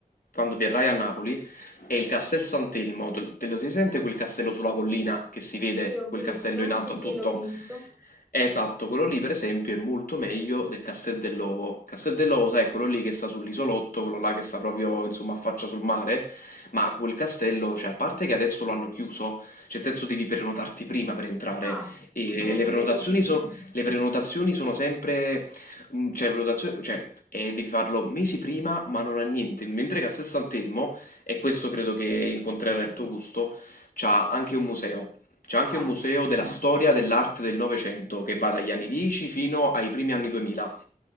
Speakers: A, on the left (about 75°); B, in the centre.
A: quando verrai a Napoli, è il Castel Sant'Elmo. Te te lo si sente quel castello sulla collina, che si vede
B: Sì, ho visto.
A: quel castello in alto
B: Sì, sì,
A: a tutto?
B: l'ho visto.
A: Eh, esatto, quello lì per esempio è molto meglio del Castel dell'Ovo. Castel dell'Ovo, sai, è quello lì che sta sull'isolotto, quello là che sta proprio, insomma, a faccia sul mare, ma quel castello, cioè, a parte che adesso lo hanno chiuso, cioè, nel senso devi prenotarti prima per entrare,
B: Ah,
A: e
B: non lo
A: le
B: sapevo.
A: prenotazioni, so- le prenotazioni sono sempre, mm, cioè, prenotazioni, cioè, eh, devi farlo mesi prima, ma non ha niente, mentre Castel Sant'Elmo, e questo credo che incontrerà il tuo gusto, c'ha anche un museo. C'è anche
B: Ah,
A: un museo della storia dell'arte del Novecento che va dagli anni 10 fino ai primi anni 2000.